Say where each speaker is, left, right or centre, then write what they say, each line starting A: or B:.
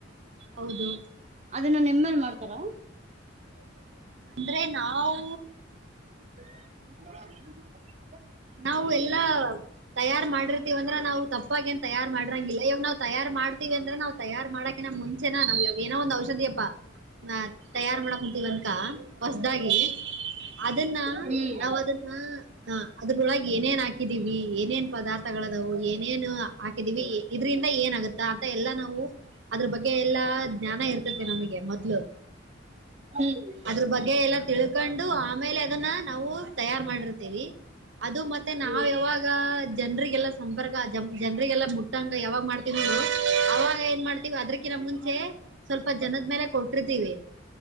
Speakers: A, on the right; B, on the right.
A: ಹೌದು.
B: ಅದನ್ನ ನಿಮ್ ಮೇಲ್ ಮಾಡ್ತಾರ.
A: <unintelligible> ಅಂದ್ರೆ ನಾವು.
B: <inaudible>
A: ನಾವು ಎಲ್ಲಾ. ತಯಾರ್ ಮಾಡಿರ್ತಿವಂದ್ರ ನಾವು ತಪ್ಪಾಗ ಏನ್ ತಯಾರ್ ಮಾಡ್ರಂಗಿಲ್ಲ ಇವಾಗ ನಾವು ತಯಾರಾರ್ ಮಾಡ್ತಿವಿ ಅಂದ್ರೆ ನಾವು. ತಯಾರಾರ್ ಮಾಡಕೆ ನ ಮುಂಚೆನಾ ನಾವ್ವಾಗ ಏನೋ ಒಂದ್ ಔಷಧಿಯಪ್ಪ. ನಾ ತಯಾರ್ ಮಾಡಕ್ ಕುಂತಿವೆ ಅಂತ ಹೊಸದಾಗಿ ಅದನ್ನ.
B: ಹ್ಮ್
A: ನಾವ್ ಅದನ್ನ. ಅದ್ರೊಳಗೆ ಏನೇನ್ ಹಾಕಿದೀವಿ ಏನೇನ್ ಪದಾರ್ಥಗಳದವು ಏನೇನು ಹಾಕಿದೀವಿ. ಇದರಿಂದ ಏನಾಗುತ್ತಾ ಅಂತ ಎಲ್ಲಾ ನಾವು ಅದ್ರ ಬಗ್ಗೆ ಎಲ್ಲ. ಜ್ಞಾನ ಇರ್ತತಿ ನಮಗೆ ಮೊದ್ಲು.
B: ಹ್ಮ್
A: ಅದ್ರ ಬಗ್ಗೆ ಎಲ್ಲಾ ತಿಳ್ಕೊಂಡು ಆಮೇಲೆ ಅದನ್ನ ನಾವು ತಯಾರ್ ಮಾಡಿರ್ತಿವಿ. ಅದು ಮತ್ತೆ
B: ಹ್ಮ್
A: ನಾವ ಯಾವಾಗ ಜನ್ರಿಗೆಲ್ಲಾ ಸಂಪರ್ಕ ಜ ಜನ್ರಿಗೆಲ್ಲ ಮುಟ್ಟಂಗ ಯಾವಾಗ ಮಾಡ್ತಿವ <unintelligible> ಅವಾಗ ಏನ್ ಮಾಡ್ತೀವಿ ಅದ್ರಕಿ ನ ಮುಂಚೆ ಸ್ವಲ್ಪ ಜನದ್ಮೇಲೆ ಕೊಟ್ಟಿರುತ್ತೇವೀ.